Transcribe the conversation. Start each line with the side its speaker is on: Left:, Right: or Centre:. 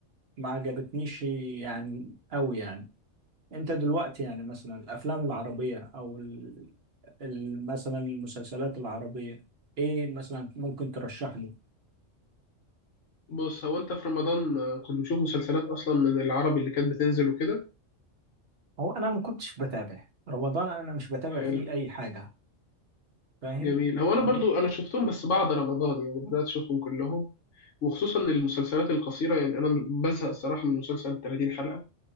Right: ما عجبتنيش يعني أوي يعني انت دلوقتي يعني مثلا الافلام العربيه او ال- ال- مثلا المسلسلات العربيه ايه مثلا ممكن ترشح لي
Left: بص هو انت في رمضان آه، كنت بتشوف مسلسلات اصلا من العربي اللي كانت بتنزل وكده
Right: هو انا ما كنتش بتابع رمضان انا مش بتابع
Left: حلو
Right: فيه اي حاجه فاهم
Left: جميل هو انا برضو انا شفتهم بس بعد رمضان يعني بدات اشوفهم كلهم وخصوصا المسلسلات القصيره يعني انا بزهق الصراحه من مسلسل 30 حلقه